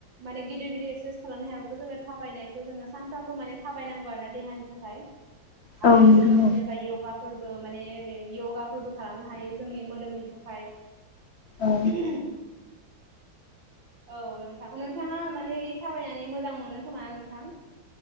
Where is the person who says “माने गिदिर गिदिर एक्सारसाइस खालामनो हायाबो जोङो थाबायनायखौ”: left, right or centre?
Right